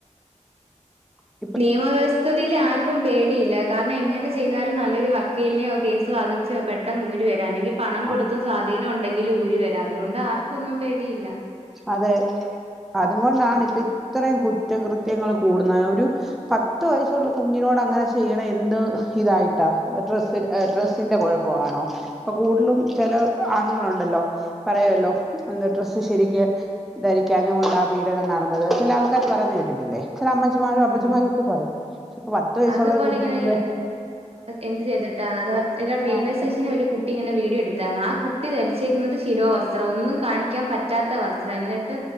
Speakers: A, in the centre; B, on the right.
A: ഇതാ
B: നിയമവ്യവസ്ഥ യിൽ ആർക്കും പേടിയില്ല കാരണം എങ്ങനെ ചെയ്താലും നല്ലൊരു വക്കീലിനെയോ കേസ് വാദിച്ചോ പെട്ടെന്ന് ഊരി വരാ അല്ലെങ്കി പണം
A: ആ
B: കൊടുത്ത് സ്വാധീനം ഉണ്ടെങ്കില് ഊരി വരാ അതുകൊണ്ട് ആർക്കൊന്നും പേടിയില്ല
A: അതെ അത്കൊണ്ടാണ് ഇപ്പൊ ഇത്രയും കുറ്റകൃത്യങ്ങൾ കൂടുന്ന ഒരു പത്ത് വയസ്സുള്ള കുഞ്ഞിനോട് അങ്ങനെ ചെയ്യണ എന്ത് ഇതായിട്ടാ ഡ്ര ഡ്രെസ്സിന്റെ കുഴപ്പ ആണോ ഇപ്പൊ കൂടുതലും ചെല ആണുങ്ങളുണ്ടല്ലോ പറയുവല്ലോ എന്താ ഡ്രസ്സ് ശരിക്ക് ധരിക്കാഞ്ഞ കൊണ്ടാ പീഡനം നടന്നത് ചില ആൾക്കാര് പറയുന്ന കേട്ടിട്ടില്ലേ ചെല അമ്മച്ചിമാരും അപ്പച്ചമാരും
B: ഉം
A: ഒക്കെ പറയും പക്ഷെ ഇപ്പൊ പത്ത് വയസ്സുള്ള
B: അതുപോലെ
A: കുഞ്ഞ്
B: ഇങ്ങനെ
A: എന്ത്
B: എന്ത് ചെയ്തിട്ടാ അത് ഇല്ല റെയിൽവേ
A: ആഹ്
B: സ്റ്റേഷന് ഒരു കു കുട്ടി ഇങ്ങനെ വീഡിയോ എടുത്തേന കുട്ടി ധരിച്ചേക്കുന്നത് ശിരോവസ്ത്രം ഒന്നും കാണിക്കാൻ പറ്റാത്ത വസ്ത്രം എന്നിട്ട്